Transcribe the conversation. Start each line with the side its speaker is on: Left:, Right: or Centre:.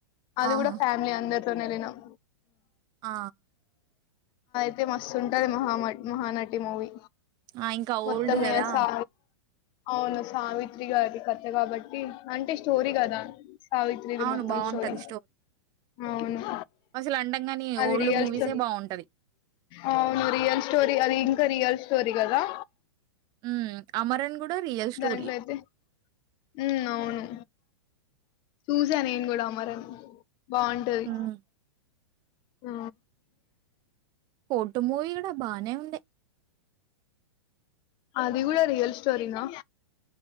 Left: అది
Right: ఆహా
Left: కూడా ఫ్యామిలీ అందర్ తో నెల్లినం
Right: ఆ
Left: అతే మస్తు ఉంటది మహామట్ మహానటి మూవీ
Right: ఆ ఇంకా
Left: మొత్తం
Right: ఓల్డ్ కదా
Left: ఇగ సా అవును సావిత్రి గారి కథ కాబట్టి అంటే స్టోరీ కదా. సావిత్రీ ది
Right: అవును
Left: మొత్తం
Right: బాగుంటది
Left: స్టోరీ అవును
Right: అసలు అండంగాని
Left: అది
Right: ఓల్డ్
Left: రియల్
Right: మూవీసే
Left: స్టో
Right: బావుంటది.
Left: అవును రియల్ స్టోరి అది ఇంకా రియల్ స్టోరిగదా.
Right: ఉ అమరన్ కూడా రియల్ స్టోరీ
Left: దాంట్లో అయితే ఉ అవును చూసా నేను కూడా అమరన్ బావుంటది.
Right: ఉమ్
Left: ఆ
Right: కోర్టు మూవీ కూడా బానే ఉంది.
Left: అది కూడా రియల్ స్టోరీనా?